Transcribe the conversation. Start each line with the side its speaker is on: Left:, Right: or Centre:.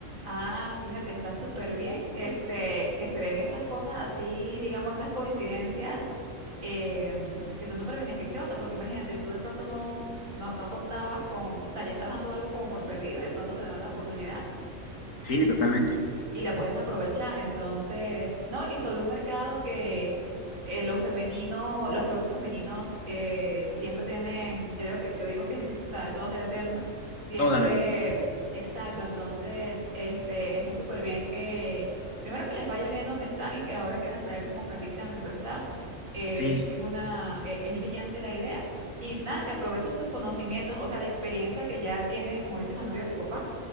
Right: Ah, fíjate, está súper bien, este, que se den esas cosas así, digamos, esas coincidencias eh, que son súper beneficiosas, porque imagínate, tú de pronto no, no, no contabas con, o sea, ya estabas dando algo como por perdido y de pronto se da la oportunidad
Left: Sí, totalmente.
Right: y la pueden aprovechar. Entonces, ¿no? Y sobre un mercado que eh, lo femenino, los productos femeninos eh, siempre tienen, yo creo que, yo digo que, <laughs> o sea, eso va a ser eterno, siempre,
Left: Toda la vida.
Right: exacto. Entonces, este, está súper bien que, primero que les vaya bien donde están y que ahora quieran traer como franquicia donde tú estás, es,
Left: Sí.
Right: es una, e- es brillante la idea. Y nada, que aproveches tus conocimientos, o sea, la experiencia que ya tiene, como dices, la novia de tu papá